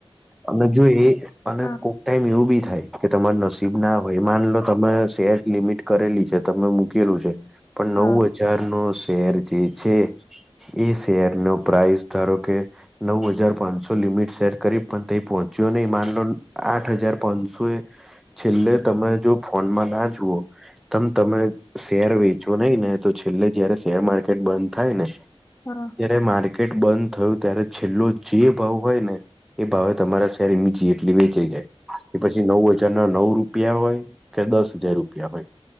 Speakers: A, in the centre; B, on the left (about 25°).
A: અને જો અને
B: હા
A: કો ટાઈમ એવું બી થાય કે તમાર નસીબ ના હોય માન લો તમે શેર લિમિટ કરેલી છે તમેકી લું છે પણ નવ
B: હા
A: હજાર નો શેર જે છે એ શેર ન પ્રાાઈસ ધારો કે નવ હજાર પાંચસો લિમિટ સેટ કરી પણ ત પહોંચ્યો નહી માનલો આઠ હજાર પાંચસો એ છેલ્લે તમે જો ફોનમાં ના જુઓ તમ તમે શેરવી ને તો છેલ્લે જયારે શેર માર્કેટ બંધ થાય ને
B: હા
A: ત્યારે માર્કેટ બંધ થયું ત્યારે છેલ્લો જે ભાવ હોય ને એ ભાવે તમારા શેરી બીચી એટલી વેચી જાય કે પછી નવ હજાર ના નવ રૂપિયા હોય કે દસ હજાર રૂપિયા હોય